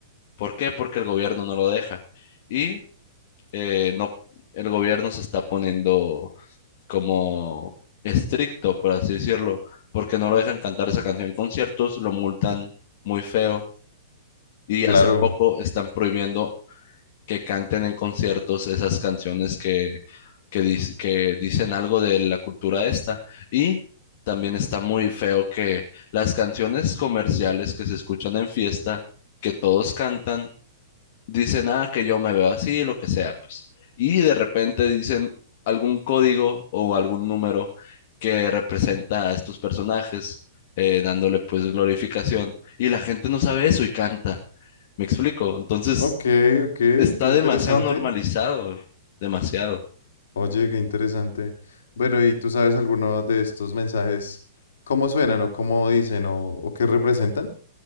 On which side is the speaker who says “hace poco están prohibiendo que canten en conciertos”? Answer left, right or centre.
Left